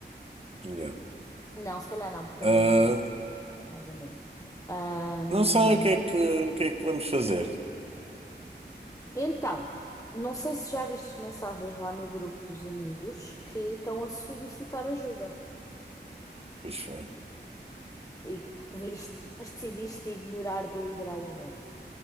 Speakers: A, on the right; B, on the left.
A: Yeah.
B: Não, se calhar não, porque
A: Ah,
B: é uma ilha, mais ou menos. Ahm,
A: não sei o que é que, o que é que vamos fazer.
B: Então, não sei se já vistes mensagens lá no grupo dos amigos que estão a solicitar ajuda.
A: Pois foi.
B: E viste, mas decidiste ignorar deliberadamente.